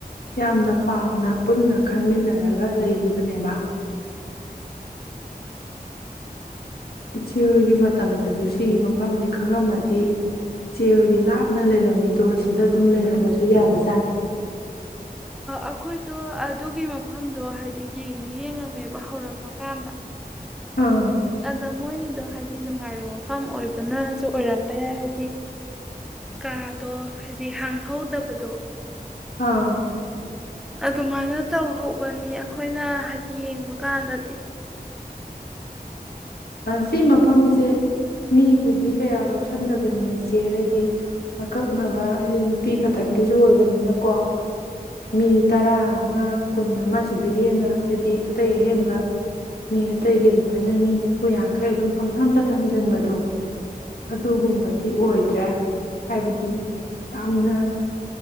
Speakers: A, on the left; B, in the centre.
A: ꯌꯥꯝꯅ ꯄꯥꯝꯅ ꯄꯨꯟꯅ ꯈꯟꯃꯤꯟꯅꯔꯒ ꯂꯩꯈꯤꯕꯅꯦꯕ ꯏꯆꯦ ꯍꯣꯏꯒꯤ ꯃꯇꯝꯗꯁꯨ ꯁꯤꯒꯤ ꯃꯐꯝꯁꯦ ꯈꯪꯉꯝꯃꯗꯤ ꯏꯆꯦ ꯍꯣꯏꯒꯤ ꯂꯥꯞꯅ ꯂꯩꯔꯝꯃꯤꯗꯣ ꯁꯤꯗ ꯑꯗꯨꯝ ꯂꯩꯔꯝꯃꯁꯨ ꯌꯥꯕꯖꯥꯠꯅꯤ
B: ꯑꯈꯣꯏꯗꯣ ꯑꯗꯨꯒꯤ ꯃꯐꯝꯗꯣ ꯍꯥꯏꯗꯤ ꯌꯦꯡꯗꯤ ꯌꯦꯡꯉꯝꯃꯦꯕ ꯍꯧꯔꯛꯄ ꯀꯥꯟꯗ
A: ꯑꯥ
B: ꯑꯗ ꯃꯣꯏꯒꯤꯗꯣ ꯍꯥꯏꯗꯤ ꯅꯨꯡꯉꯥꯏꯕ ꯃꯐꯝ ꯑꯣꯏꯕꯅꯁꯨ ꯑꯣꯏꯔꯝꯕ ꯌꯥꯏ ꯍꯥꯏꯗꯤ ꯀꯥꯗꯣ ꯍꯥꯏꯗꯤ ꯍꯥꯡꯍꯧꯗꯕꯗꯣ
A: ꯑꯥ
B: ꯑꯗꯨꯃꯥꯏꯅ ꯇꯧꯍꯧꯕꯅꯤ ꯑꯈꯣꯏꯅ ꯍꯥꯏꯗꯤ ꯌꯦꯡꯕ ꯀꯥꯟꯗꯗꯤ
A: ꯁꯤ ꯃꯐꯝꯁꯦ ꯃꯤꯕꯨꯗꯤ ꯀꯌꯥ ꯂꯧꯁꯟꯗꯕꯅꯤ ꯏꯆꯦ ꯍꯥꯏꯗꯤ ꯑꯀꯛꯅꯕ ꯍꯥꯏꯗꯤ ꯅꯨꯄꯤ ꯈꯛꯇꯪꯒꯤꯁꯨ ꯑꯣꯏꯕꯅꯤꯅꯀꯣ ꯃꯤ ꯇꯔꯥ ꯑꯃ ꯀꯨꯟ ꯑꯃꯁꯤꯗꯒꯤ ꯍꯦꯟꯅ ꯍꯥꯏꯗꯤ ꯑꯇꯩ ꯑꯍꯦꯟꯕ ꯃꯤ ꯑꯇꯩꯒꯤꯗ ꯑꯗꯨꯃꯥꯏꯅ ꯃꯤ ꯅꯤꯐꯨ ꯌꯥꯡꯈꯩ ꯑꯗꯨꯝ ꯄꯪꯊꯝꯗ ꯊꯝꯖꯤꯟꯕꯗꯣ ꯑꯗꯨꯒꯨꯝꯕꯗꯤ ꯑꯣꯏꯗ꯭ꯔꯦ ꯍꯥꯏꯕꯗꯤ ꯌꯥꯝꯅ